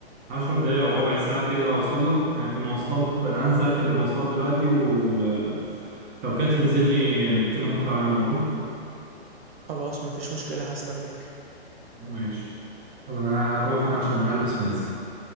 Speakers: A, on the right; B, on the right.
A: عشر دقايق او ربع ساعة كده اوصل لك يعني في المواصلات انا هنزل اركب المواصلات دلوقتي ولو كده تنزل لي نتكلم اكتر عن الموضوع
B: خلاص مفيش مشكلة هستناك
A: ماشي يلا انا هروح انا عشان البس ونازل